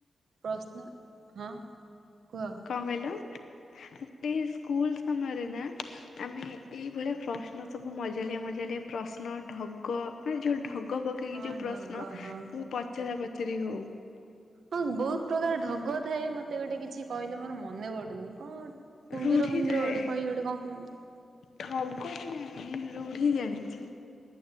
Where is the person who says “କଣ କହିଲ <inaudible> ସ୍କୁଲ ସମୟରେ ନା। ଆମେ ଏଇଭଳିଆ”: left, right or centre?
Left